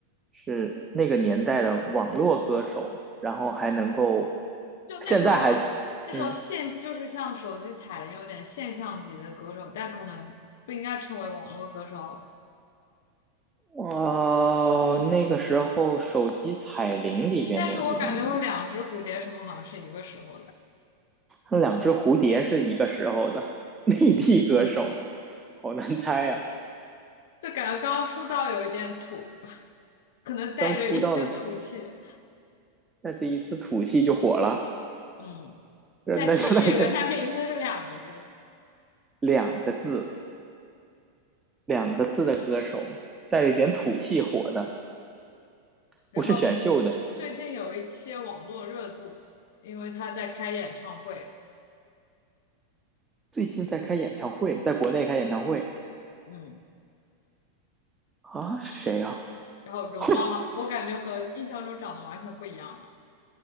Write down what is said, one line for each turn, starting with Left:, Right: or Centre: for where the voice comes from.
Right: 是那个年代的网络歌手？然后还能够
Left: 就那时候那时候现就是像手机彩铃有点现象级的歌手，
Right: 现在还嗯
Left: 但可能不应该称为网络歌手。
Right: 哦，那个时候手机彩铃里边的音域，
Left: 但是我感觉我两只蝴蝶什么好像是一个时候的，
Right: 那两只蝴蝶是一个时候的 <laughs> 内地歌手，好难猜啊。
Left: 就感觉刚出道有一点土，<laughs> 可能带着一丝土气。
Right: 刚出道的时候，那这一丝土气就火了，
Left: 嗯，
Right: 那那就那个
Left: 再提示一个，他名字是两个字。
Right: 两个字，两个字的歌手带着一点土气火的，
Left: 然后
Right: 不是选秀的。
Left: 最近有一些网络热度，因为他在开演唱会，
Right: 最近在开演唱会，在国内开演唱会
Left: 嗯，
Right: 啊，是谁呀、
Left: 然后容貌好，
Right: 啊？
Left: 我感觉和印象中长得完全不一样了，